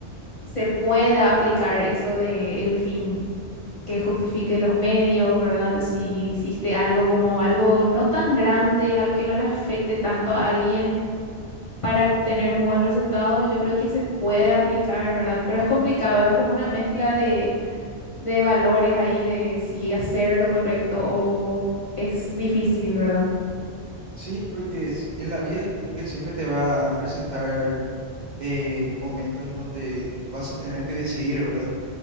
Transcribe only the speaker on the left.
se pueda aplicar eso de el fin que justifique los medios, ¿verdad? Si hiciste algo como algo no tan grande, algo que no le afecte tanto a alguien para tener un buen resultado, yo creo que se puede aplicar, ¿verdad? Pero es complicado, es como una mezcla de, de valores ahí de si hacer lo correcto o es difícil, ¿verdad?